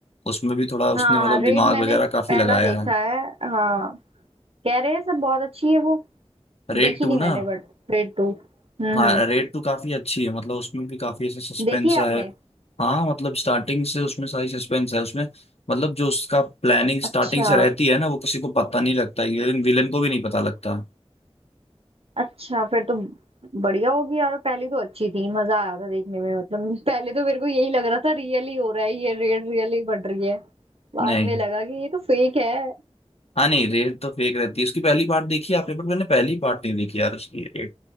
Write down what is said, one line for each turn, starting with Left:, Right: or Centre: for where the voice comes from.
Left: उसमें भी थोड़ा उसने
Right: हाँ
Left: मतलब
Right: रेड
Left: दिमाग
Right: मैंने
Left: वगैरह काफी
Right: पहला
Left: लगाया
Right: देखा
Left: है
Right: है हाँ कह रहे हैं सब बहुत अच्छी है वो
Left: रेड
Right: देखी
Left: टू
Right: नहीं मैंने
Left: ना
Right: बट रेड टू हम्म
Left: हाँ
Right: हम्म
Left: रेड टू काफी अच्छी है मतलब उसमें भी काफी ऐसा सस्पेंस
Right: देखी है
Left: है
Right: आपने
Left: हाँ मतलब स्टार्टिंग से उसमें सारी सस्पेंस है उसमें मतलब जो उसका प्लानिंग
Right: अच्छा
Left: स्टार्टिंग से रहती है ना वो किसी को पता नहीं लगता विलन को भी नहीं पता लगता
Right: अच्छा फिर तो बढ़िया होगी यार पहली तो अच्छी थी मजा आया था देखने में मतलब <laughs> पहले तो मेरे को यही लग रहा था रियल ही हो रहा है ये रेड रियल ही बढ़ रही है बाद
Left: नहीं
Right: में लगा कि ये तो फेक है
Left: हाँ नहीं रेड तो फेक रहती है उसकी पहली पार्ट देखी है आपने बट मैंने पहली पार्ट नहीं देखी यार उसकी रेड